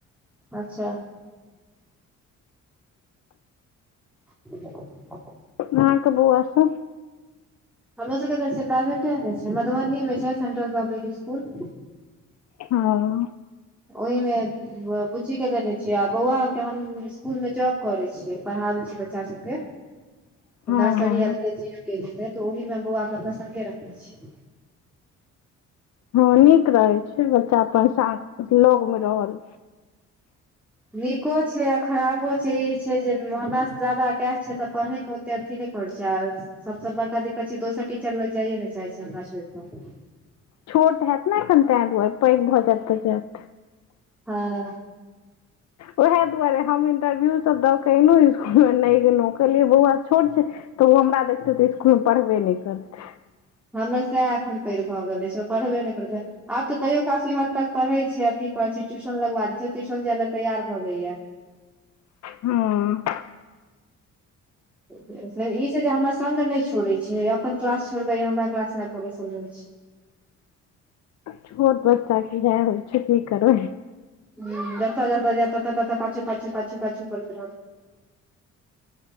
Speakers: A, in the centre; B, on the left.
A: अच्छा। <unintelligible>
B: अहाँ के बौआ सब।
A: हमरो सबके तऽ प्राइवेटे में छै, मधुबनी में छै सेंट्रल पब्लिक स्कूल।
B: हँ।
A: ओहि में। बुच्ची के देने छियै, आ बौआ के हम स्कुलमें जॉब करै छियै, पढ़ाबे छीयै बच्चा सब के।
B: <unintelligible>
A: नर्सरी,
B: हँ
A: एल के जी, यू के जी दे तऽ ओहि में बौआकेँ अपना सङ्गे रखने छी।
B: हँ नीक रहै छै, बच्चा अपन सा लगमें रहल।
A: नीको छै आ खराबो छै, ई छै जे हमरासॅ जादा अटैच छै तऽ पढ़ैके। अथी नहि करै छै आर सबसँ बड़का दिक्कत छै दोसर टीचर लग जाइए ने चाहै छै हमरा छोइर कऽ।
B: छोट हैत ने एखन तैं दुआरे, पैघ भऽ जायत तऽ जायत।
A: हँ।
B: ओएहे दुआरे हम इंटरव्यू सब दऽ के एलहु स्कुल में नहि गेलहु कहलियै बौआ छोट छै। तऽ ओ हमरा देखते तऽ स्कुलमें पढ़बे नइ करतै।
A: हमरा सएह एखन पैइर भऽ गेल अछि ओ पढ़बे नहि करतै। आब तऽ तैयो कफी हद तक पढ़ै छै, अथी कर छै ट्यूशन लगवा छै, ट्यूशन जाय ले तैयार भऽ जायै।
B: हाँ।
A: लेकिन ई छै जे हमरा सङ्ग नहि छोड़ै छै, अपन क्लास छोड़िकऽ ई हमरा क्लास में आबि कऽ बैसल रहै छै।
B: छोट बच्चाकऽ इहै होइ छै, की करबै।
A: हूं जतऽ-जतऽ, ततऽ- ततऽ पाछू-पाछू, पाछू-पाछू करैत रहत।